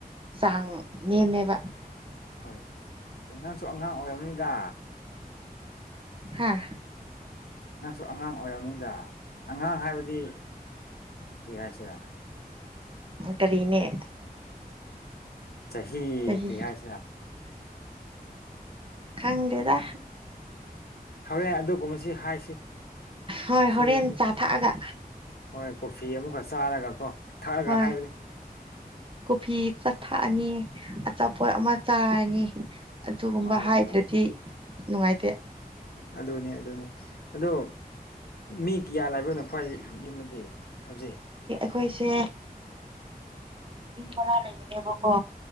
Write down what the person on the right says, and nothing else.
ꯆ ꯃꯃꯦꯕ
ꯍꯥꯥ
ꯀꯔꯤꯅꯦ
ꯆꯍꯤ
ꯈꯪꯗꯦꯗ
ꯍꯣꯏ
ꯍꯣꯔꯦꯟ ꯆꯥ ꯊꯛꯑꯒ
ꯍꯣꯏ
ꯀꯣꯐꯤ ꯆꯥꯊꯛꯑꯅꯤ ꯑꯆꯥꯄꯣꯠ ꯑꯃ ꯆꯥꯔꯅꯤ ꯑꯗꯨꯒꯨꯝꯕ
ꯍꯥꯏꯗ꯭ꯔꯗꯤ
ꯅꯨꯡꯉꯥꯏꯇꯦ
ꯑꯩꯈꯣꯏꯁꯦ ꯌꯨꯝ ꯃꯔꯥ ꯂꯩꯔꯤꯅꯦꯕꯀꯣ